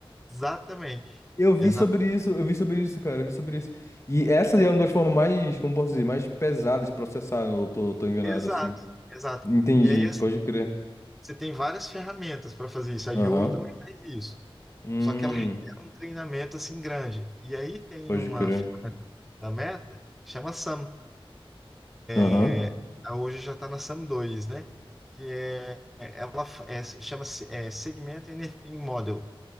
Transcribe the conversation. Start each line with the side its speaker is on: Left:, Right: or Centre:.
Centre: exatamente.
Left: Eu vi
Centre: Exata,
Left: sobre isso, eu vi sobre isso, cara, eu vi sobre isso. E essa é uma das formas mais, como posso dizer, mais pesadas de processar, eu tô, tô enganado,
Centre: exato,
Left: assim.
Centre: exato.
Left: Entendi,
Centre: E aí assim,
Left: pode crer.
Centre: você tem várias ferramentas para fazer isso. A
Left: Aham.
Centre: Iolo também faz isso.
Left: Hum,
Centre: Só que ela requer um treinamento assim grande. E aí tem
Left: pode
Centre: uma
Left: crer.
Centre: ferramenta da Meta, chama SAM.
Left: Aham,
Centre: É, Hoje já está na SAM dois né? Que é, ela é, chama-se é, Segment Anything Model.